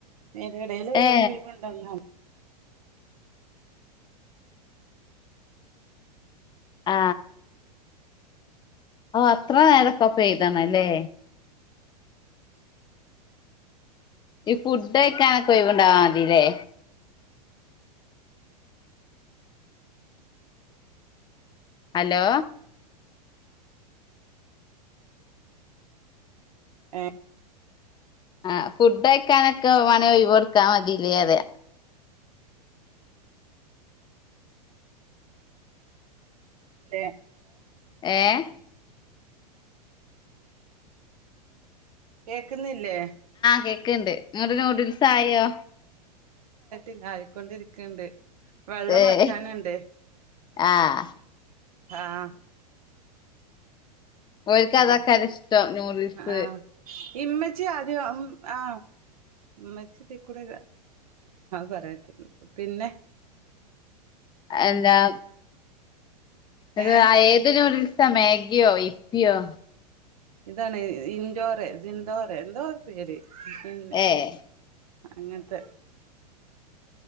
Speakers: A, on the right; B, on the left.
A: നേന്റെ ഇടയില്
B: ഏ
A: ഒഴിവാണ്ടോന്ന്‌ <unintelligible>
B: ആ ഓ അത്ര നേരക്കപ്പ എയുതണല്ലേ ഈ ഫുഡ്കയിക്കാനൊക്ക ഒയിവണ്ടാവാ മതില്ലേ- ഹലോ
A: ഏ
B: ആഹ് ഫുഡയിക്കാനൊക്കെ വാണ ഒയിവ് കൊടുക്കാൻ മതില്ലേ അതെ
A: തേ
B: ഏഹ്
A: കേക്കുന്നില്ലേ
B: കേക്കണ്ട് നിങ്ങടെ നൂഡിൽസ് ആയോ
A: ഇല്ല ആയിക്കൊണ്ടിരിക്കണ്ട് വെള്ളം
B: ഏഹ്
A: വറ്റാനുണ്ട്
B: ആഹ്
A: ആങ്‌ഹ്
B: ഓൽക്ക്
A: പിന്നെ
B: അതാക്കാന ഇഷ്ടം നൂഡിൽസ്
A: ആഹ് ഇമ്മച്ചി ആദ്യം അം ആ ഉമ്മച്ചിതിക്കൂടെ പറയാത്തൊള്ള് പിന്നെ
B: എന്താ അത്
A: ഏഹ്
B: ഏതി നൂഡിൽസ്- <unintelligible> മാഗിയോ ഇപ്പിയോ
A: ഇതാണ് ഇഞ്ചോരെ സിന്തോരെ എന്തവോ പേര് ന്ന
B: ഏഹ്
A: അങ്ങനത്തെ